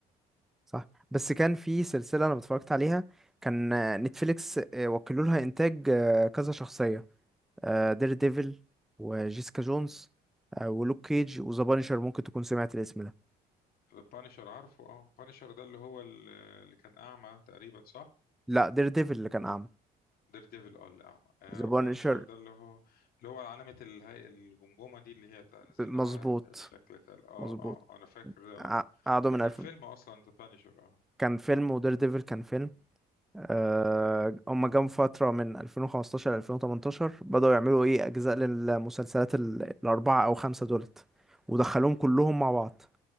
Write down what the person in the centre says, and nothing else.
صح بس كان في سلسله انا اتفرجت عليها كان آه، نتفليكس آه، وكلوا لها انتاج آه، كذا شخصيه دير ديفل وجيسيكا جونز آه، ولوك كيج
وذا بانشر ممكن تكون سمعت الاسم ده
لا دير ديفل اللي كان اعمى
ذا بانشر
مظبوط
مظبوط
قع-
قعدوا
من
الف
كان فيلم ودير ديفل كان فيلم آه،
هما جم فترة من 2015 ل 2018 بدأوا يعملوا ايه أجزاء للمسلسلات ال- الأربعة أو خمسة دولت ودخلوهم كلهم مع بعض